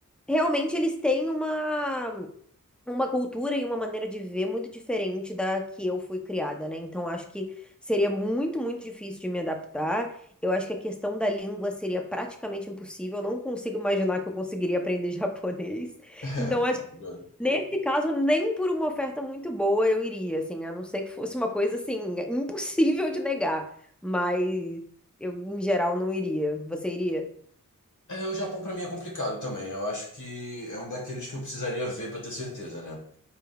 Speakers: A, in the centre; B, on the left.
A: realmente eles têm uma, uma cultura e uma maneira de viver muito diferente da que eu fui criada, né? Então acho que seria muito, muito difícil de me adaptar. Eu acho que a questão da língua seria praticamente impossível. Eu não consigo imaginar que eu conseguiria aprender <laughs> japonês.
B: <laughs> É,
A: Então acho
B: tô curioso.
A: Nesse caso, nem por uma oferta muito boa eu iria, assim, a não ser que fosse uma coisa assim impossível de negar, mas eu em geral não iria. Você iria?
B: É, o Japão pra mim é complicado também. Eu acho que é um daqueles que eu precisaria ver pra ter certeza, né?